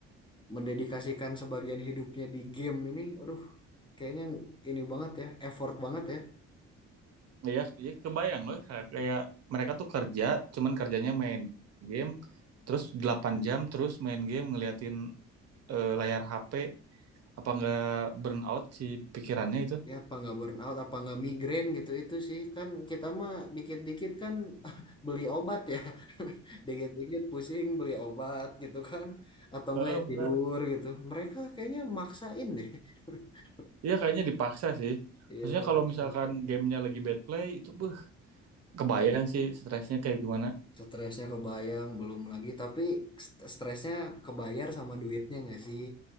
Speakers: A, on the left; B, on the right.
A: mendedikasikan sebagian hidupnya di game ini aduh kayaknya ini banget ya effort banget ya
B: ya ya kebayang loh kayak mereka tuh kerja cuman kerjanya main game terus delapan jam terus main game ngeliatin eh, layar HP apa nggak burn out si pikirannya itu
A: Ya apa nggak burn out, apa nggak migrain gitu itu sih kan kita mah dikit-dikit kan <laughs> beli obat ya, <laughs> dikit-dikit pusing beli obat gitu kan, atau enggak
B: Eh
A: ya
B: benar.
A: tidur gitu. Mereka kayaknya maksain deh. <laughs>
B: Iya kayaknya dipaksa sih.
A: Iya
B: Maksudnya
A: mereka
B: kalau misalkan
A: maksain.
B: gamenya lagi bad play itu beuh kebayang sih stresnya kayak gimana.
A: Stresnya kebayang belum lagi, tapi st- stresnya kebayar sama duitnya nggak sih?